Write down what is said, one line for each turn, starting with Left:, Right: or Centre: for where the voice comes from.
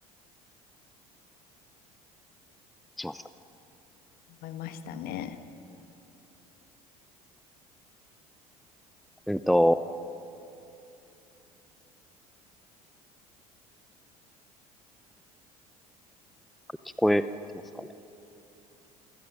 Centre: しますか
Left: 思いましたね。
Centre: うんと、聞こえてますかね